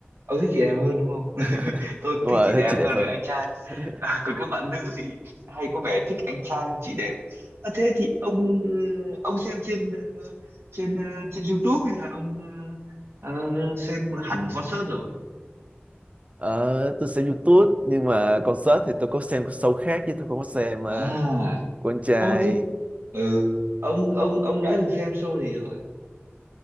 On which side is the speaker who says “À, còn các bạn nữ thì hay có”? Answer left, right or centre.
Right